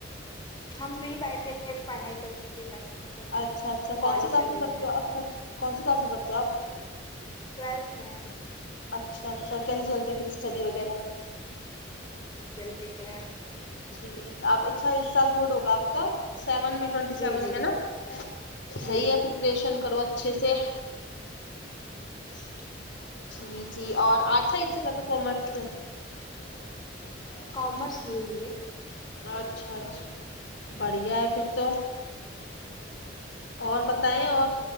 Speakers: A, on the left; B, on the left.
A: ہم فری بیٹھے تھے پڑھائی کر کے فری بیٹھے تھے سوچا
B: اچھا
A: کہ
B: اچھا کون
A: کال
B: سی
A: ہی
B: کلاس
A: کر
B: میں
A: دیتے
B: پڑھ
A: ہیں
B: ہو اچھا کون سی کلاس میں پڑھتے ہو
A: ٹویلتھ میں ہم
B: آپ اچھا اچھا کیسے چل رہی پھر اسٹڈی وغیرہ
A: ش ہے <unintelligible>
B: ج آپ اچھا اس سال بورڈ ہوگا آپ کا سیون میں ٹوینٹی
A: جی
B: سیون
A: جی
B: میں نا صحیح
A: جی جی
B: ہے پپریشن کرو اچھے سے
A: جی
B: جی جی اور اچھا اھا کر تو کومر سے ج <inaudible>
A: کامرس نہیں ہوئی ہے
B: اچھا اچھا بڑھیا ہے پھر
A: جی
B: تو اور بتائیں اور